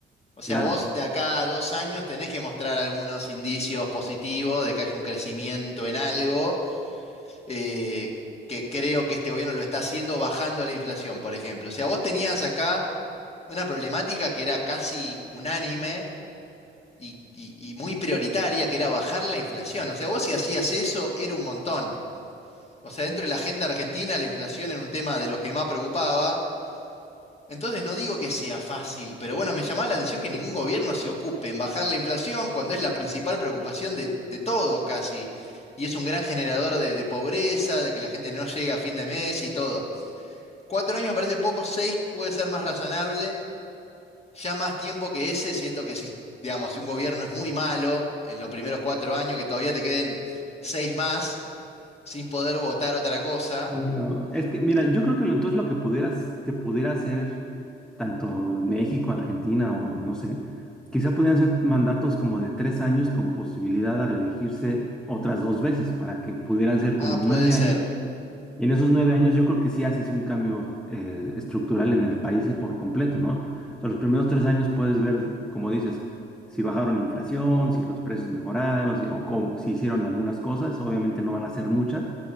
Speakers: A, on the left (about 30°); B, in the centre.
A: O sea,
B: claro.
A: vos de acá a dos años tenés que mostrar algunos indicios positivos de que hay un crecimiento en algo, eh, que creo que este gobierno lo está haciendo bajando la inflación, por ejemplo. O sea, vos tenías acá una problemática que era casi unánime y, y- y muy prioritaria, que era bajar la inflación. O sea, vos si hacías eso, era un montón. O sea, dentro de la agenda argentina, la inflación era un tema de los que más preocupaba. Entonces no digo que sea fácil, pero bueno, me llamaba la atención que ningún
B: Mm.
A: gobierno se ocupe en bajar la inflación cuando es la principal preocupación de, de todos casi. Y es un gran generador de, de pobreza, de que la gente no llegue a fin de mes y todo. Cuatro años me parece poco, seis puede ser más razonable. Ya más tiempo que ese, siento que si, digamos, si un gobierno es muy malo en los primeros cuatro años, que todavía te queden seis más sin poder votar otra cosa,
B: Sí, no. Es que, mira,
A: eh,
B: yo creo que lo- entonces lo que pudieras, te pudiera hacer tanto en México, Argentina o no sé, quizá podrían ser mandatos como de tres años con posibilidad de reelegirse otras dos veces para que pudieran ser
A: ah,
B: como
A: puede
B: nueve
A: ser.
B: años. Y en esos nueve años yo creo que sí haces un cambio eh, estructural en el país eh, por completo, ¿no? O sea, los primeros tres años puedes ver, como dices, si bajaron la inflación, si los precios mejoraron, si, o cómo- si hicieron algunas cosas, obviamente no van a ser muchas,